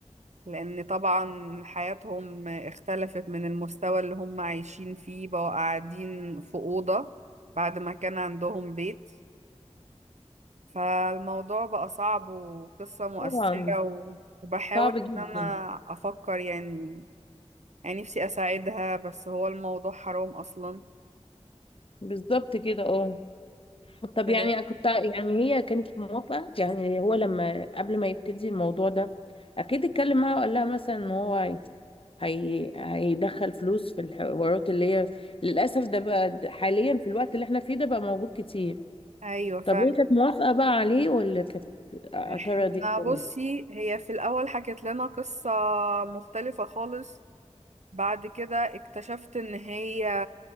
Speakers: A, on the right; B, on the left.
A: لأن طبعا حياتهم اختلفت من المستوى اللي هم عايشين فيه بقوا قاعدين في أوضة بعد ما كان عندهم بيت فالموضوع بقى صعب وقصة مؤثرة
B: طبعا
A: و- وبحاول
B: صعب جدا
A: إن أنا أفكر يعني يعني نفسي أساعدها بس هو الموضوع حرام أصلا
B: بالظبط كده اه طب
A: ف-
B: يعني كنت يعني هي كانت موافقة يعني هو لما قبل ما يبتدي الموضوع ده اكيد اتكلم معاها وقال لها مثلا ان هو هي هي- هيدخل فلوس في الحوارات اللي هي للاسف ده بقى د- حاليا في الوقت اللي احنا فيه ده بقى موجود كتير
A: أيوة فعلا
B: طب هي كانت موافقة بقى عليه ولا كانت اعترضت
A: احنا
B: ولا
A: بصي هي في الأول حكت لنا قصة مختلفة خالص بعد كده اكتشفت ان هي